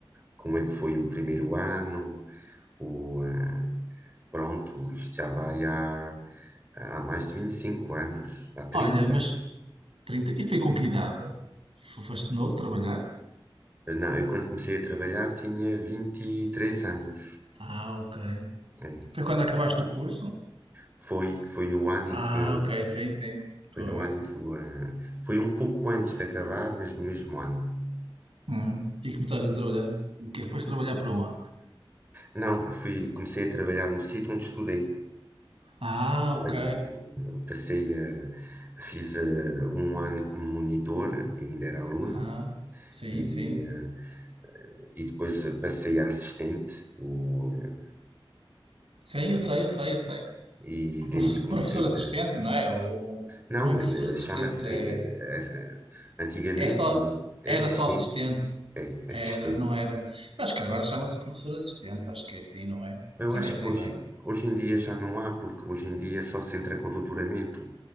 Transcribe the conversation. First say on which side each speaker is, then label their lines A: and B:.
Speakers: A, on the right; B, on the right.
A: como é que foi o primeiro ano, o, ah, pronto, isto já vai há, há mais de 25 anos, há 30?
B: Olha, mas trinta E foi com que idade? Fo- Foste de novo trabalhar?
A: Não, eu quando comecei a trabalhar tinha 23 anos.
B: Ah, ok.
A: É,
B: Foi quando acabaste o curso?
A: Foi, foi no ano em
B: Ah,
A: que,
B: ok, sim, sim. Estou
A: foi no
B: a ver.
A: ano em que, eu, ah, foi um pouco antes de acabar, mas no mesmo ano.
B: Hum. E começaste a trabalhar? O quê? Foste trabalhar para onde?
A: Não, eu fui, comecei a trabalhar no sítio onde estudei.
B: Ah, ok.
A: Bem, eu passei a, fiz eh, um ano como monitor, ainda era aluno,
B: Ah, sim,
A: e,
B: sim.
A: eh, e depois passei a assistente, o, eh,
B: Sim, eu sei, eu sei, eu sei.
A: e
B: prof-
A: daí comecei
B: professor assistente,
A: a.
B: não é? Ou, ou-
A: Não,
B: não é professor
A: eh,
B: assistente,
A: chama-se.
B: é,
A: eh, eh, eh, antigamente
B: é só,
A: é
B: era
A: assistente,
B: só assistente,
A: é assistente.
B: era, não era. Eu acho que agora chama-se professor assistente, acho que é assim, não é?
A: Eu
B: Já
A: acho
B: nem sei
A: que hoje,
B: bem.
A: hoje em dia já não há, porque hoje em dia só se entra com doutoramento,